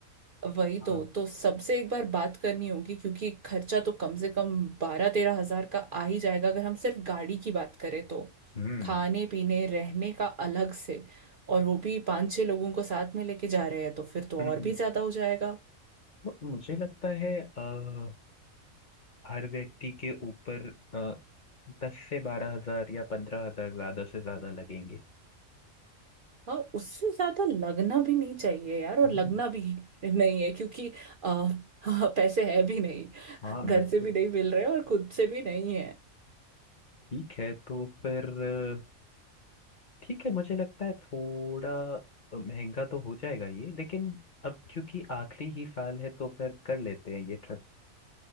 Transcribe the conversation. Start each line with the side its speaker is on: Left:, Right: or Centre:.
Right: वही तो
Left: हाँ
Right: तो सबसे एक बार बात करनी होगी क्योंकि खर्चा तो कम से कम बारह तेरह हजार का आ ही जाएगा अगर हम सिर्फ गाड़ी की बात करें तो
Left: हम्म
Right: खाने पीने रहने का अलग से और वो भी पांच छह लोगों को साथ में लेके जा रहे हैं तो फिर तो
Left: हम्म,
Right: और
Left: हम्म।
Right: भी ज्यादा हो जाएगा
Left: तो मुझे लगता है अ, हर व्यक्ति के ऊपर अ, दस से बारह हजार या पंद्रह हजार ज्यादा से ज्यादा लगेंगे
Right: हाँ उससे ज्यादा लगना भी नहीं चाहिए यार और
Left: हम्म
Right: लगना भी नहीं है क्योंकि आ, <laughs> पैसे है भी नहीं
Left: हाँ
Right: घर
Left: बिल्कुल
Right: से भी नहीं मिल रहे और खुद से भी नहीं है
Left: ठीक है तो फिर अ, ठीक है मुझे लगता है थोड़ा अ, महंगा तो हो जाएगा ये लेकिन अब क्योंकि आखिरी ही साल है तो फिर कर लेते हैं ये ट्रिप